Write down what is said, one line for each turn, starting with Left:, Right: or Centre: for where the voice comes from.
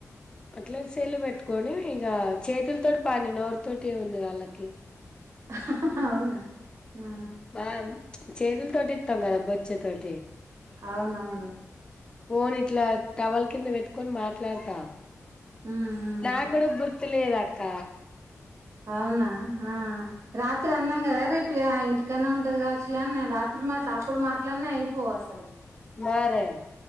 Left: అట్లా చెల్లు పెట్టుకొని ఇక చేతుల తోటి పని నోరు తోటి ఉంది వాళ్ళకి
Right: <inaudible> ఆ
Left: మా చేతుల తోటి ఇస్తాం కదా బొచ్చే తోటి
Right: అవునవును
Left: పోనిట్లా టవల్ కింద పెట్టుకొని మాట్లాడతా
Right: ఉమ్
Left: నా కూడా గుర్తులేదా అక్క
Right: అవునా ఆ రాత్రి అన్నంగా రేప్ ఇ ఆ ఇంటికైనే ఉంటది కావచ్చులే అన్న రాత్రి మా త అప్పుడు మాట్లాడిన అయిప్ పోసలు
Left: మారే